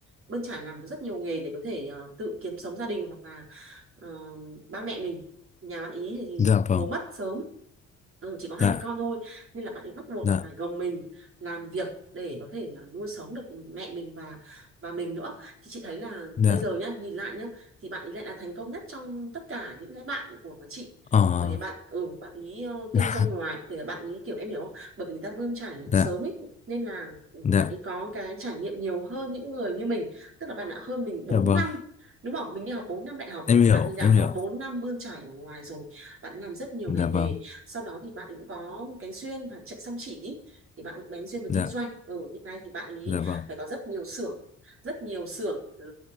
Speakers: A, on the right; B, on the left.
A: bươn trải làm rất nhiều nghề để có thể ờ, tự kiếm sống gia đình hoặc là ờ, ba mẹ mình nhà bạn ý thì
B: dạ vâng
A: bố mất sớm ừ, chỉ có hai
B: dạ
A: mẹ con thôi nên là bạn ấy bắt buộc
B: dạ
A: là phải gồng mình làm việc để có thể là nuôi sống được mẹ mình và và mình nữa thì chị thấy là
B: dạ
A: bây giờ nhá nhìn lại nhá thì bạn ấy lại là thành công nhất trong tất cả những cái bạn của mà chị
B: ờ
A: bởi vì bạn ừ bạn ý ờ,
B: dạ
A: kinh doanh ngoài từ bạn ý kiểu em hiểu không bởi vì người ta bươn trải
B: dạ
A: sớm ấy nên là
B: dạ
A: bạn ấy có cái trải nghiệm nhiều hơn những người như mình tức là bạn đã hơn mình bốn
B: dạ vâng
A: năm đúng không mình đi học 4 năm đại học
B: em
A: thì
B: hiểu
A: bạn ấy đã
B: em
A: có
B: hiểu
A: 4 năm bươn trải ở ngoài rồi bạn làm rất nhiều
B: dạ
A: ngành
B: vâng
A: nghề sau đó thì bạn ấy cũng có cái duyên và trận chăm chỉ ý. thì bạn cũng bén duyên với
B: dạ
A: kinh doanh ở ừ, hiện nay thì bạn ấy
B: dạ vâng
A: phải có rất nhiều xưởng rất nhiều xưởng ờ,